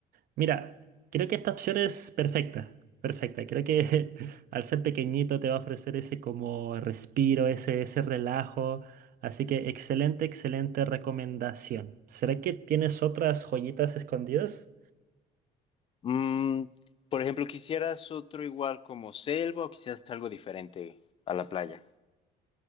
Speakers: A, on the right; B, on the left.
A: Mira, creo que esta opción es perfecta, perfecta. Creo que <laughs> al ser pequeñito te va a ofrecer ese como respiro, ese, ese relajo. Así que excelente, excelente recomendación. ¿Será que tienes otras joyitas escondidas?
B: Mm, por ejemplo, ¿quisieras otro igual como selva o quisieras algo diferente a la playa?